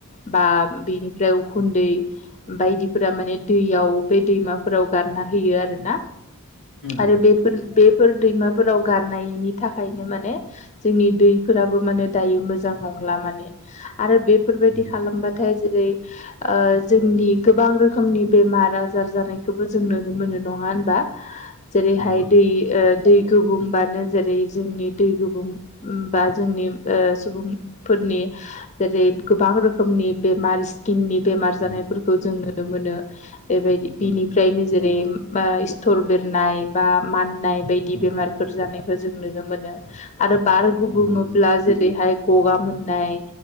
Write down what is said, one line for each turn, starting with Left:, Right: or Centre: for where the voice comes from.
Left: बा बेनिफ्राय उखुन्दै बायदिफोरा माने दैयाव बे दैमाफोराव गार ना होयो आरो ना
Centre: उम
Left: आरो बेफोर बेफोर दैमाफोराव गारनायनि थाखायनो माने जोंनि दैफोराबो माने दायो मोजां नंला माने आरो बेफोरबायदि
Centre: उम
Left: खालामबा नथाय जेरै ओ जोंनि गोबां रोखोमनि बेमार-आजार जानायखौबो जों नुनो मोनो। नङा होनबा? जेरैहाय
Centre: नंगौ
Left: दै ओ दै गोबुंबानो जेरै जोंनि दै गोबुं बा जोंनि ओ सुबुंफोरनि जेरै गोबां रोखोमनि बेमार स्किननि बेमार
Centre: उम
Left: जानायफोरखौ जों नुनो मोनो बेबायदि
Centre: औ
Left: बिनिफ्रायनो जों बा ओ सिथर बेरनाय बा माननाय बायदि
Centre: औ
Left: बेमारफोर जानाय खौ जों नुनो मोनो आरो बार गुबुङोब्ला
Centre: नंगौ
Left: जेरैहाय गगा मोननाय